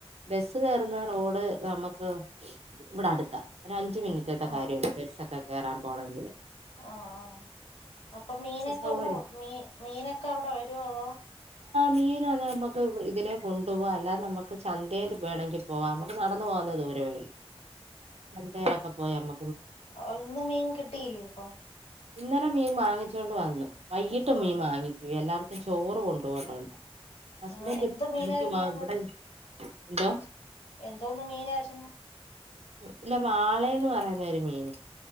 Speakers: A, on the right; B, on the left.
A: ബസ് കെറുന്ന റോഡ് നമക്ക് ഇവിടെ അടുത്താ ഒരഞ്ച് അൻജ് മിനിറ്റത്തെ
B: ആഹ്
A: കാര്യാഒള്ളൂ ബസ്സൊക്കെ കേറാൻ പോണങ്കില്
B: ആ ആ അപ്പ മീനൊക്കെ
A: സൗകര്യം
B: അവിടെ മീ മീനൊക്കെ അവിടെ വരോ അതോ
A: മീനാന്നേ നമക്ക് ഇതിലെ കൊണ്ടുവാ അല്ലാതെ നമക്ക് ചന്തെല് വേണങ്കി പോവാ നമക്ക് നടന്ന്പോവന്നതെ ഒ ദൂരവായി ചന്തേലെക്കെ പോയമ്മ
B: അവ് ഇന്ന് മീൻ കിട്ടിയില്ലെ പൊ
A: ഇന്നലെ മീൻ വാങ്ങിച്ചോണ്ട് വന്നു വൈകിട്ട് മീൻ
B: ആഹ്
A: വാങ്ങി എല്ലാർവക്കും ചോറ് കൊണ്ടോവണ്ടോണ്ട് ഹസ്ബന്റ്പ്പൊ
B: ആഹ് എന്ത് മീനായിരുന്നു
A: പണിക്ക് പോവാ
B: ഇന്നലെ
A: ഇബടെ <unintelligible> എന്തോ
B: എന്തോന്ന് മീനാര്ന്നു
A: ഉം ഇല്ല വാളേന്ന് പറഞൊരു മീന്